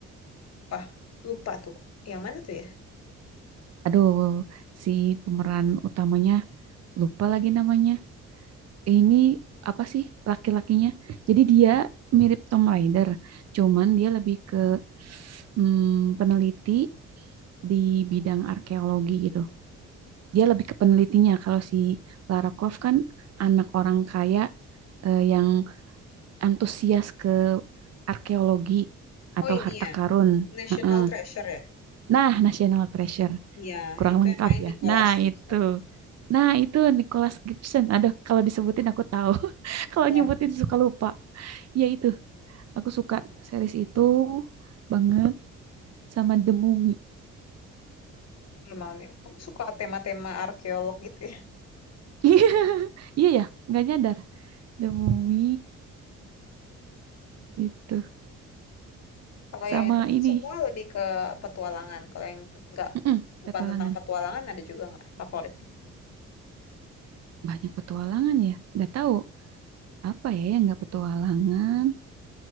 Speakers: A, on the left; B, on the right.
A: Wah, lupa tuh. Yang mana tuh ya?
B: Aduh, si pemeran utamanya, lupa lagi namanya. Eh, Ini apa sih laki-lakinya? Jadi dia mirip Tom Raider, cuman dia lebih ke mm, peneliti di bidang arkeologi gitu. Dia lebih ke penelitinya. Kalau si Lara Croft kan anak orang kaya eh, yang antusias ke arkeologi atau
A: Oh, ini
B: harta
A: ya.
B: karun.
A: National
B: Heeh.
A: Treasure ya.
B: Nah, National Treasure
A: Iya,
B: kurang
A: itu
B: lengkap
A: yang main
B: ya.
A: Nicolas
B: Nah,
A: Cage
B: itu.
A: kan.
B: Nah, itu Nicholas Gibson. Aduh, kalau disebutin aku tahu. <laughs> Kalau
A: Yang
B: nyebutin suka lupa. Ya itu, aku suka series itu banget sama The Mummy.
A: Malam ya. Kamu suka tema-tema arkeolog gitu ya?
B: <laughs> Iya ya, nggak nyadar. The Mummy itu
A: Kalau
B: sama
A: yang itu kan
B: ini.
A: semua lebih ke petualangan. Kalau yang nggak
B: Mm-mm,
A: bukan
B: petualangan.
A: tentang petualangan ada juga nggak favoritnya?
B: Banyak petualangan ya. Nggak tahu apa ya yang nggak petualangan.